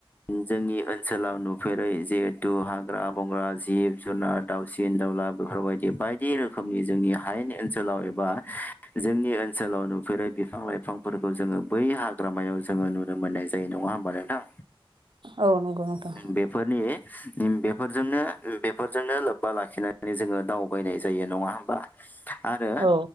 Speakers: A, on the left; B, on the right.
A: जोंनि ओनसोलाव नुफेरै जिहेतु हाग्रा बंग्रा जिब जुनार दावसिन दाउला बेफोरबायदि बायदि रोखोमनि जोंनि हायेन ओनसोलाव एबा जोंनि ओनसोलाव नुफेरै बिफां लाइफांफोरखौ जोङो बै हाग्रामायाव जोङो नुनो मोननाय जायो नङा होमबा नोंथां।
B: औ नंगौ नोंथौ।
A: बेफोरनि बेफोरजोंनो बेफोरजोंनो लोब्बा लाखिनानै जोङो दावबायनाय जायो नङा होमबा। आरो
B: औ